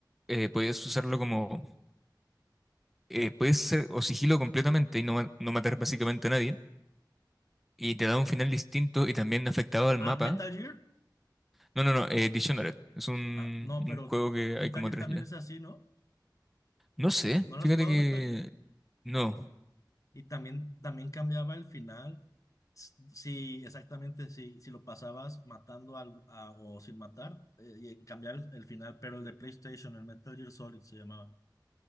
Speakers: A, in the centre; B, on the left.
A: eh, podías usarlo como, eh, puedes ser o sigilo completamente y no, ma- no matar básicamente a nadie, y te da un final distinto y también afectado al
B: Ah,
A: mapa.
B: Metal Gear.
A: No, no, no, eh, Dictionary. Es un,
B: Ah, no,
A: un
B: pero
A: juego que
B: Metal
A: hay como
B: Gear
A: tres
B: también
A: ya.
B: es así, ¿no?
A: No sé,
B: ¿No lo
A: fíjate
B: has jugado
A: que
B: Metal Gear?
A: no.
B: Y también, también cambiaba el final. S- Sí, exactamente, sí, si lo pasabas matando al- a- o sin matar, eh, y cambiar el, el final, pero el de PlayStation, el Metal Gear Solid se llamaba.